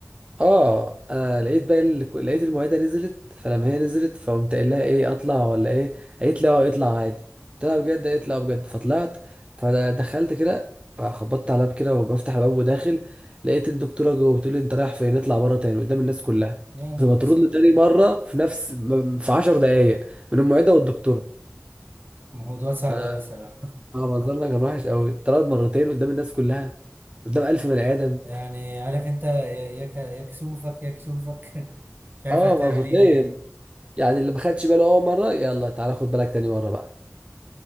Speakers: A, on the right; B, on the right.
A: اه انا لقيت بقى ال... لقيت المعده نزلت فلما هي نزلت فقمت قايل لها ايه اطلع ولا ايه قالت لي اه اطلع عادي قلت لها بجد قالت لي اه بجد فطلعت فدخلت كده خبطت على الباب كده وبفتح الباب وداخل لقيت الدكتوره جوه بتقول لي انت رايح فين اطلع بره تاني قدام الناس كلها
B: يا نهار
A: فما ترد
B: اسود
A: لي تاني مره في نفس م- في 10 دقائق من المعده والدكتوره
B: موضوع صعب
A: ف
B: أوي صراحة
A: اه منظرنا كان وحش قوي اتطرد مرتين قدام الناس كلها قدام 1000 بني ادم
B: يعني عارف انت يا يا ك- يا كسوفك يا كسوفك <laughs> مش عارف
A: اه
B: هتعمل
A: مرتين
B: ايه تاني
A: يعني اللي ما خدش باله اول مره يلا تعالى خد بالك تاني مره بقى